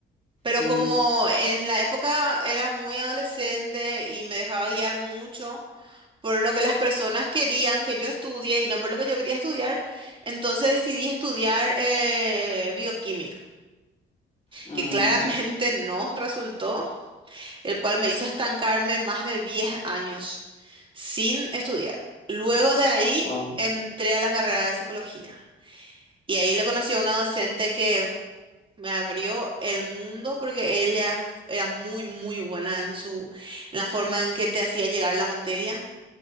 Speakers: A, on the right; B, on the left.
A: Pero
B: ujú,
A: como en la época era muy adolescente y me dejaba guiar mucho por lo que las personas querían que yo estudie y no por lo que yo quería estudiar, entonces decidí estudiar eh, bioquímica.
B: mm,
A: que claramente <laughs> no resultó, el cual me hizo estancarme más de 10 años sin estudiar. Luego de ahí
B: wow,
A: entré a la carrera de psicología y ahí le conocí a una docente que me abrió el mundo porque ella f- era muy, muy buena en su, en la forma en que te hacía llegar la materia,